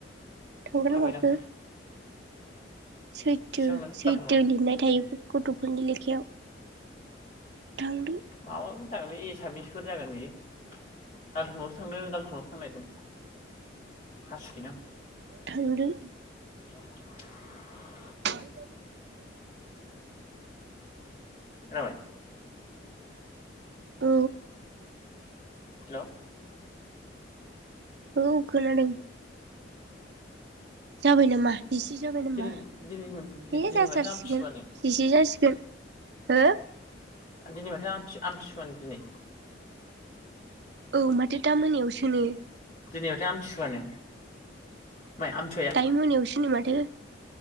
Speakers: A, on the right; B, on the left.
A: थांगोना
B: थाबायदां
A: माखो सैथो
B: बेसेबां
A: सैथो
B: दालथावनाव
A: लिरनाय थायो गथ'फोरनि लेखायाव थांदो
B: माबाफोर जागोन बे एसामिसफोर जागोन बेयो दालथ'गावसो थांदो दालटगआव थांलायदों हसि बिना
A: थांदों
B: <unintelligible>
A: <unintelligible>
B: <unintelligible>
A: औ
B: हेल'
A: औ खोनादों जाबाय नामा जिसे जाबाय नामा
B: दिनै दिनै
A: दे
B: दिनै
A: जाथारसिगोन
B: माथो आमथिसुवानो
A: जिसे जासिगोन हो
B: दिनै माथो आमथि आमथिसुआनो दिनै
A: औ माथो दा मोनायावसोनो
B: यावथो आमथिसुवानो माइ आमथिसुवाया
A: दायो मोनायावसोनो माथो